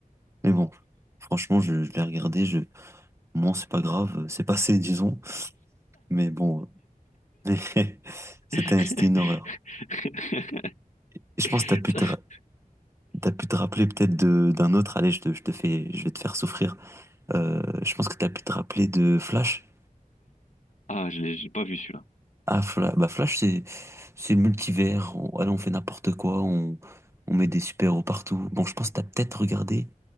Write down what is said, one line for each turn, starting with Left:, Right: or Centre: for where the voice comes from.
Right: Mais bon, franchement, je, je l'ai regardé, je, moi, c'est pas grave, euh, c'est passé, <laughs> disons. Mais bon, <laughs> c'était,
Left: <laughs>
Right: c'était une horreur. Et je pense que
Left: Ça,
Right: t'as pu te,
Left: c'est-
Right: ra- t'as pu te rappeler peut-être de, d'un autre, allez, je te, je te fais, je vais te faire souffrir. Euh, je pense que t'as pu te rappeler de Flash.
Left: Ah, je l'ai j'ai pas vu celui-là.
Right: Ah, Flash, bah Flash, c'est c'est le multivers. On, allez, on fait n'importe quoi. On, on met des super-héros partout. Bon, je pense que t'as peut-être regardé